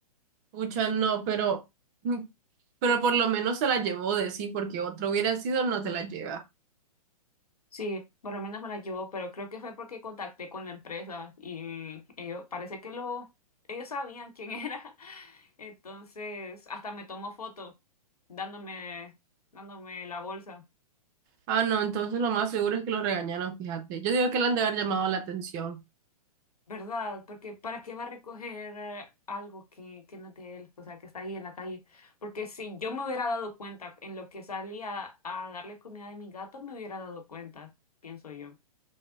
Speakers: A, on the right (about 30°); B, on the left (about 75°).
A: Pucha, no, pero, mm, pero por lo menos se la llevó de sí, porque otro hubiera sido, no se la lleva.
B: Sí, por lo menos me la llevó, pero creo que fue porque contacté con la empresa y ellos, parece que lo, ellos sabían quién era. <laughs> Entonces, hasta me tomó foto dándome, dándome la bolsa.
A: Ah, no, entonces lo más seguro es que lo regañaron, fíjate. Yo digo que le han de haber llamado la atención.
B: ¿Verdad? Porque ¿para qué va a recoger eh, algo que, que no es de él? O sea, que está ahí en la calle. Porque si yo me hubiera dado cuenta en lo que salía a darle comida a mi gato, me hubiera dado cuenta, pienso yo.